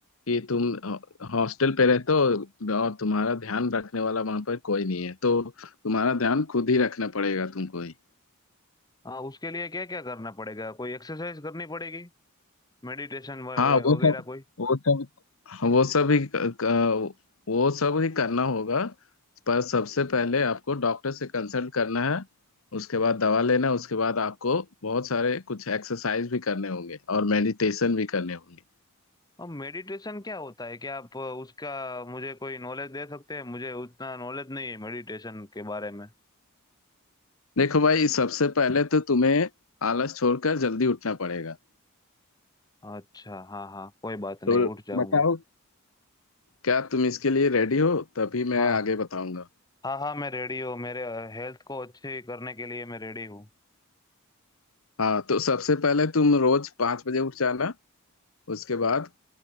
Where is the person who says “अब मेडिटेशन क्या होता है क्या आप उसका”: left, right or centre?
Left